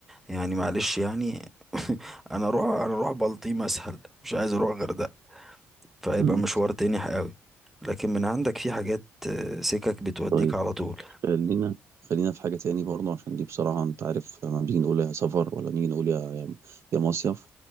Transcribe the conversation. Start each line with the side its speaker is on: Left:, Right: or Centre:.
Centre: يعني معلش يعني <laughs> انا اروح انا اروح بلطيم اسهل مش عايز اروح الغردقة فهيبقى
Right: مم.
Centre: مشوار تاني قوي لكن من عندك في حاجات آه، سكك بتوديك
Right: طيب
Centre: على طول <laughs>
Right: خلينا خلينا في حاجة تاني برضه عشان دي بصراحة انت عارف لما بنيجي نقول يا سفر ولا نيجي نقول يا يا يا مصيف